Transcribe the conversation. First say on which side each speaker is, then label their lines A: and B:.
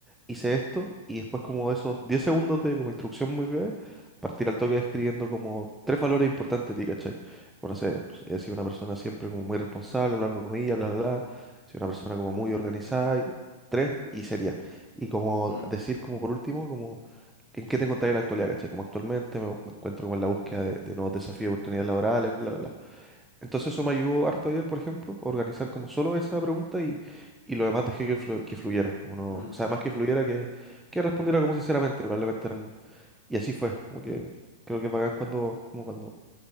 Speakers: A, in the centre; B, on the left (about 30°).
A: hice esto y después como esos 10 segundos de como instrucción muy breve, partir al toque escribiendo como tres valores importantes de ti, ¿cachai? Como no sé, pues, he sido una persona siempre como muy responsable a lo largo de mi vida, bla, bla, bla, he sido una persona como muy organizada, y, tres y seria. Y como
B: mm,
A: decir como por último, como que en qué te encontrás en la actualidad, ¿cachai? Como actualmente me, me encuentro como en la búsqueda de, de nuevos desafíos, y oportunidades laborales, bla, bla. Entonces eso me ayudó harto ayer, por ejemplo, a organizar como solo esa pregunta y, y lo demás dejé que, flu- que fluyera, como no,
B: mm,
A: o sea,
B: sí,
A: más que fluyera que, que respondiera como sinceramente, probablemente eran, y así fue, como que creo que es bacán cuando, como cuando